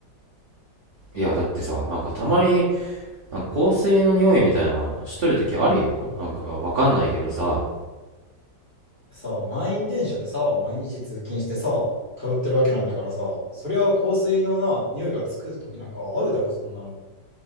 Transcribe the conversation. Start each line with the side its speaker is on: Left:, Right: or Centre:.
Right: いやだってさなんかたまになんか香水の匂いみたいなしとる時あるよなんかわかんないけどさ
Left: さ満員電車でさ、毎日通勤してさ、通ってるわけなんだからさ、そりゃ香水のな、匂いがつく時なんかあるだろ、そんなの。